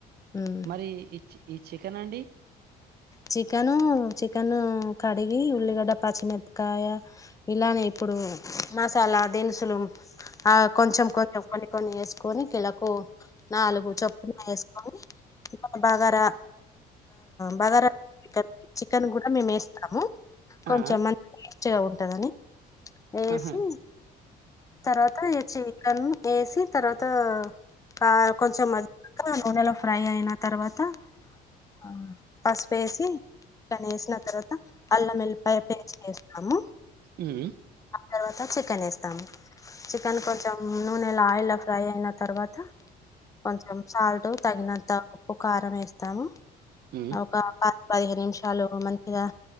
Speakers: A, on the left; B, on the right.
A: హ్మ్
B: మరి ఇచ్చి ఇ చికెన్ అండి
A: చికెను చికెను కడిగి ఉల్లిగడ్డ పచ్చిమిరపకాయ ఇలానే ఇప్పుడు మసాలా దినుసులు ఆ కొంచెం కొంచెం కొన్ని ఏసుకొని కిలకు నాలుగు చొప్పులు వేసుకొని <unintelligible> బాగా <unintelligible> బగారా <unintelligible> చికెన్ కూడా మేము ఏస్తాము కొంచెం
B: ఆ ఆ!
A: <unintelligible> ఉంటదని ఏసి
B: ఆహా
A: తర్వాత ఏ చి కన్ ఏసి తర్వాత ఆ కొంచెం <unintelligible> నూనెలో ఫ్రై అయిన తర్వాత అ పసుపేసి దానేసిన తర్వాత అల్లం ఎల్లిపాయ పేస్ట్ ఏస్తాము
B: హ్మ్
A: తర్వాత చికెన్ ఏస్తాము చికెన్ కొంచం నూనెలా ఆయిలా ఫ్రై అయిన తర్వాత కొంచెం సాల్ట్ తగినంత ఉప్పు కారం ఏస్తాము
B: హ్మ్
A: ఒక ఆ ప పదిహేను నిమిషాలు మంచిగా